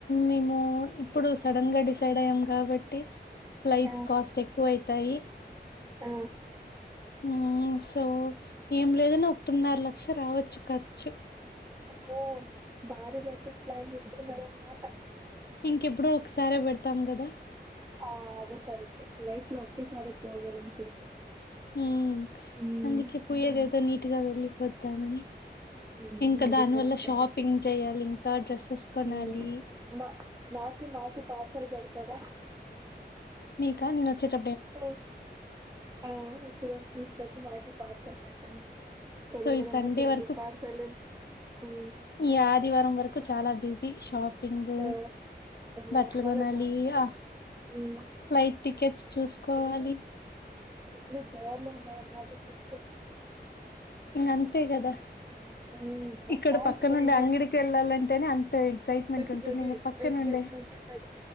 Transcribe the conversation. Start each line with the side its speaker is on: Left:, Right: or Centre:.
Left: మేము ఇప్పుడు సడన్ గా డిస్ సడం కాబట్టి ఫ్లైట్స్
Right: ఆ
Left: కాస్ట్ ఎక్కువ అయితాయి
Right: ఆ
Left: ఊ సో ఏం లేదనే ఒకటిన్నర లక్ష రావచ్చు ఖర్చు
Right: అమ్మో భారీ బడ్జెట్ ప్లాన్ తీసుకున్నారన్నమాట
Left: ఇంకెప్పుడో ఒకసారే పెడతాం కదా
Right: ఆ అదే కరెక్టే లైఫ్ లో ఒకే సారి పోగలం కూడా
Left: హూ
Right: ఉమ్
Left: అందుకే పోయేది ఏదో నీటు గా వెళ్లిపోదామని
Right: ఉమ్
Left: ఇంకా
Right: అది
Left: దాని
Right: కరెక్టే
Left: వల్ల షాపింగ్ చేయాలి ఇంకా డ్రెస్సెస్ కొనాలి
Right: ఉమ్ మా నాకి మాకి పార్సెల్ పెడతాద
Left: మీకా నేను వచ్చెట
Right: డు ఆ ఆ వచ్చేటప్పుడు తీసుకొచ్చి మాకి పార్సల్ పెట్టండి కొరియర్
Left: సో ఈ సండే
Right: అన్నా చేయండి
Left: వరకు
Right: పార్సల్ ఉమ్
Left: ఈ ఆదివారం వరకు చాలా బిజీ షాపింగ్
Right: తో ఓ
Left: బట్టలు
Right: మళ్ళద్దా
Left: కొనాలి ఆ
Right: ఉమ్
Left: ఫ్లైట్ టికెట్స్ చూసుకోవాలి
Right: ఇన్న జాలీగా ఉండాలనమాట టిప్పు
Left: ఇంగ్ అంతే కదా
Right: ఇంకా
Left: ఇక్కడ
Right: నాకు
Left: పక్కనుండే
Right: ఈ మధ్
Left: అంగడికి వెళ్ళాలంటేనే అంత ఎగ్సైట్మెంట్
Right: పెద్
Left: ఉంటుంది
Right: రెడీ
Left: ఇంక పక్కనుండే
Right: ఎక్సై మెంట్ ఉంటది